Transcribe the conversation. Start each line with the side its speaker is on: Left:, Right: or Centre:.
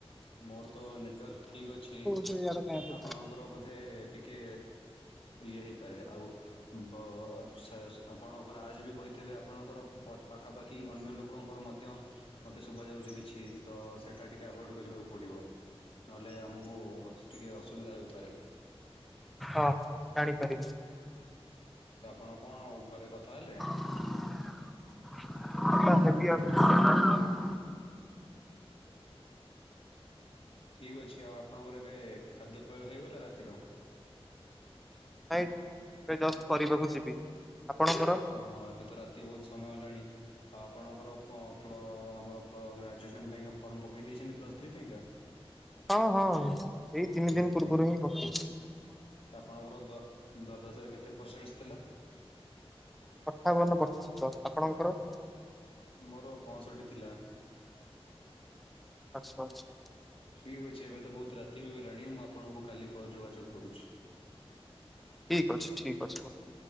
Left: ମୋର ତ ନେଟୱାର୍କ ଠିକ୍ ଅଛି।
Centre: ସେ ଇଆଡେ କାଇଁ ଏତେ
Left: ଆପଣଙ୍କର ବୋଧେ ଟିକେ ଇଏ ହେଇପାରେ ଆଉ ବ ଅ ଆପଣଙ୍କର ରାଜ ବି କହିଥିବେ, ଆପଣଙ୍କର ପାଖାପାଖି ଅନ୍ୟ ଲୋକଙ୍କର ମଧ୍ୟ ମୋତେ ଶୁଭା ଯାଉଛି କିଛି, ତ ସେଇଟା ଟିକେ ଆଭଏଡ଼୍ କରିବାକୁ ପଡିବ, ନହେଲେ ଆମକୁ ଟିକେ ଅସୁବିଧା ହେଇପାରେ?
Centre: ହଁ, ଜାଣିପାରିଲି।
Left: ତ ଆପଣ କଣ, ଘରେ କଥା ହେଲେ?
Centre: <unintelligible> ଆଉ।
Left: ଠିକ୍ ଅଛି, ଆଉ ଆପଣଙ୍କର ଏବେ ଖାଦ୍ୟପେୟ ହେଇଗଲା ରାତିର?
Centre: ନାଇଁ, ଏବେ ଜଷ୍ଟ କରିବାକୁ ଯିବି, ଆପଣଙ୍କର?
Left: ଓହୋ, ଏବେ ତ ରାତି ବହୁତ ସମୟ ହେଲାଣି। ଆଉ ଆପଣଙ୍କର ପ ପ୍ ପ୍ଲ ଆମର ପ୍ଲ ଗ୍ରାଜୁଏସନ୍ ପାଇଁକା ଫର୍ମ ପକାଇ ଦେଇଛନ୍ତି ପ୍ଲସ୍ ଥ୍ରୀ ପାଇଁକା?
Centre: ହଁ ହଁ, ଏଇ ତିନି ଦିନ ପୂର୍ବରୁ ହିଁ ପକେଇଚି।
Left: ତ, ଆପଣଙ୍କର ଦ୍ୱା ଦ୍ଵାଦଶରେ କେତେ ପରସେଣ୍ଟଜ ଥିଲା?
Centre: ଅଠାବନ ପ୍ରତିଶତ, ଆପଣଙ୍କର?
Left: ମୋର ପଞ୍ଚଷଟି ଥିଲା।
Centre: ଆଛା, ଆଛା।
Left: ଠିକ୍ ଅଛି, ଏବେ ତ ବହୁତ ରାତି ହୋଇଗଲାଣି, ମୁଁ ଆପଣଙ୍କୁ କାଲି ଯୋଗାଯୋଗ କରୁଛି।
Centre: ଠିକ୍ ଅଛି, ଠିକ୍ ଅଛି ବନ୍ଧୁ।